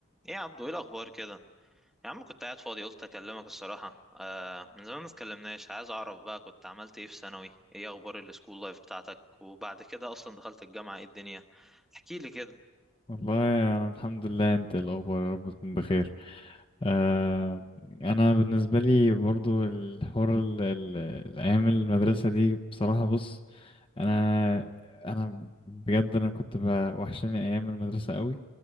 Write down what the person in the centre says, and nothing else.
ايه يا عبدو ايه الاخبار كده يا عم كنت قاعد فاضي قلت اكلمك الصراحه آه من زمان ما اتكلمناش عايز اعرف بقى كنت عملت ايه في ثانوي ايه اخبار السكول لايف بتاعتك وبعد كده اصلا دخلت الجامعه ايه الدنيا احكي لي كده